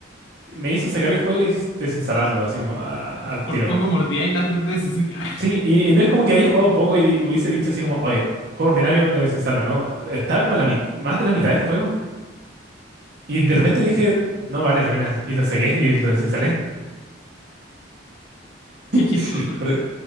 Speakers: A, on the right; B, on the left.
A: me hizo sacar el juego y desinstalarlo, así como ah, al
B: por
A: tiro.
B: poco mordía y la tres d S. así,
A: Sí,
B: <laughs>
A: y, y no es como que haya jugado poco y di- hubiese dicho así como, oye, juego ordinario, lo desinstalo, ¿no? Estaba como a la mit- más de la mitad del juego y de repente dije, no vale la pena, y lo saqué y lo desinstalé.
B: qué chistoso.
A: <laughs> Porque,